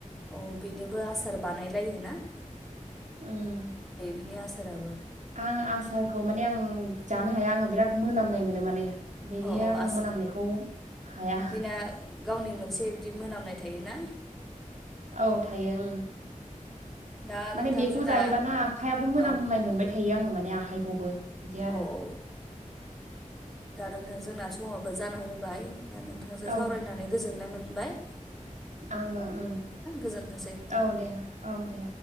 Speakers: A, in the centre; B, on the right.
A: अ औ बेनिबो आसार बानायलायो ना।
B: ओम
A: बिनि आसाराबो
B: आं आसारखौ माने आं जानो हाया आङो। बिराद मोनामनाय मोनो माने। बेनि
A: अ अ
B: आं
A: आस
B: मोनामनायखौ हाया।
A: बिना गावनि मोनसे बिदि मोनामनाय थायोना।
B: औ थायो ओं।
A: दा नोंथां
B: माने बेखौ
A: जोंना
B: जायोबाना आखायाबो मोनाम
A: औ
B: नाय मोनबाय थायो आङो। माने आखाइखौबो। बिदि आरो
A: औ औ दा नोंथां जोंना। समआबो जाना फैबाय। नोंथांजों
B: औ
A: सावरायनानै गोजोननाय मोन। बाय।
B: आंबो ओम
A: गोजोनथोंसै।
B: औ दे औ दे।